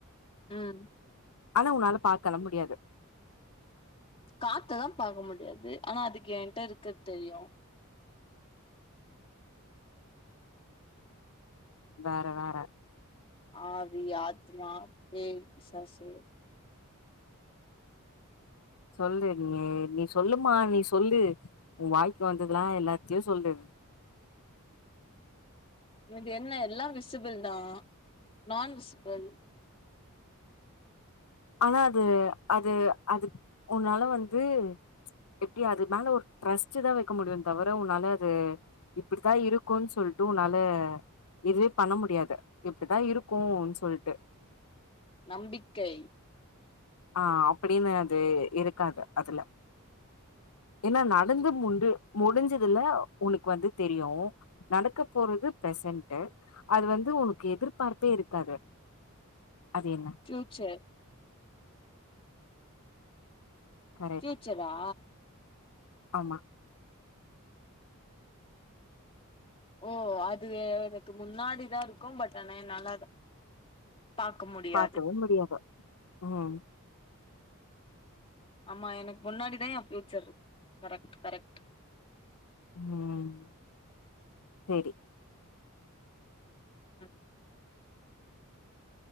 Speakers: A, on the left (about 25°); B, on the left (about 80°).
A: ம்
B: ஆனா உன்னால பாக்கலாம் முடியாது
A: காத்து தா பாக்க முடியாது ஆனா அதுக்கு என்ட்ட இருக்கறது தெரியும்
B: வேற வேற
A: ஆவி ஆத்மா பேய் பிசாசு
B: சொல்லு நீ நீ சொல்லுமா நீ சொல்லு உன் வாய்க்கு வந்ததெல்லாம் எல்லாத்தையும் சொல்லு
A: உனக்கு என்ன எல்லாம் விசிபிள் தான் நான் விசிபிள்
B: ஆனா அது அது அது உன்னால வந்து எப்டி அது மேல ஒரு ட்ரஸ்ட் தான் வைக்க முடியுமே தவிர உன்னால அது இப்டித்தான் இருக்கும்ன்னு சொல்லிட்டு உன்னால இதுவே பண்ண முடியாது இப்டித்தான் இருக்கும் அப்டின்னு சொல்ட்டு
A: நம்பிக்கை
B: ஆ அப்டின்னு அது இருக்காது அதுல ஏன்னா நடந்து முண்டு முடிஞ்சதுல உனக்கு வந்து தெரியும் நடக்க போறது பிரசன்ட் அது வந்து உனக்கு எதிர்பார்ப்பே இருக்காது அது என்ன
A: ஃபியூச்சர்
B: கரெக்ட்
A: ஃபியூச்சரா
B: ஆமா
A: ஓ அது எனக்கு முன்னாடிதான் இருக்கும் பட் ஆனா என்னால பாக்க முடியாது
B: பாக்கவே முடியாது ம்
A: ஆமா எனக்கு முன்னாடிதான் என் ஃபியூச்சர் கரெக்ட்டு கரெக்ட்டு
B: ம் சேரி
A: ம்